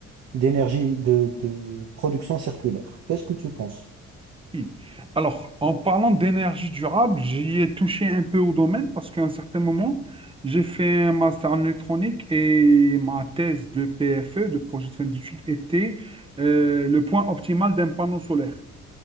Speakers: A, on the right (about 60°); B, on the right (about 20°).
A: d'énergie, de, de production circulaire. Qu'est-ce que tu penses?
B: Oui. Alors, en parlant d'énergie durable, j'y ai touché un peu au domaine parce qu'à un certain moment, j'ai fait un master en électronique et ma thèse de PFE, de projet de fin d'études, était euh, le point optimal d'un panneau solaire.